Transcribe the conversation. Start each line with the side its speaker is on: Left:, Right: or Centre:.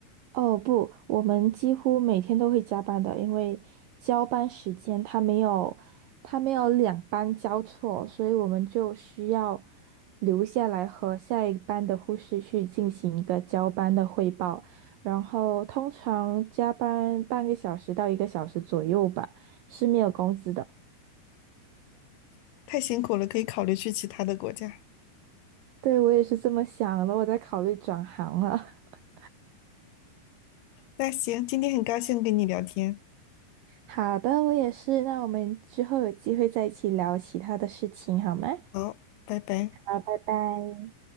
Right: 哦不，我们几乎每天都会加班的，因为交班时间他没有，他没有两班交错，所以我们就需要留下来和下一班的护士去进行一个交班的汇报，然后通常加班半个小时到一个小时左右吧，是没有工资的。
Left: 太辛苦了，可以考虑去其他的国家。
Right: 对，我也是这么想的，我在考虑转行了。<laughs>
Left: 那行，今天很高兴跟你聊天，
Right: 好的，我也是，那我们之后有机会再一起聊其他的事情好吗？
Left: 好，拜拜。
Right: 好，拜拜。